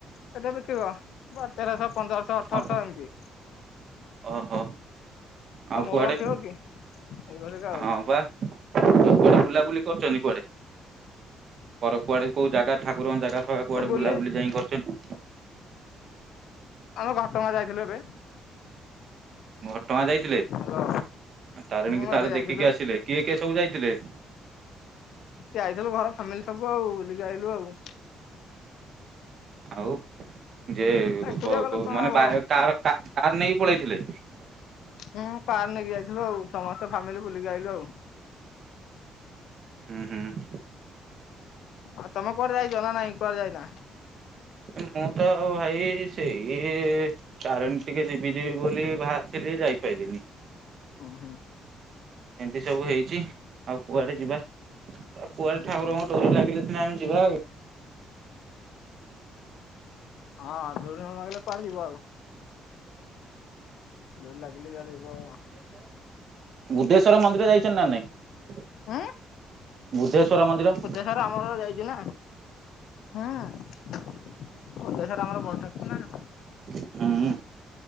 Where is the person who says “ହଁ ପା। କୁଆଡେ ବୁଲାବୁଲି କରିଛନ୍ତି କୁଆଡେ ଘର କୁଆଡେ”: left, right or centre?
Right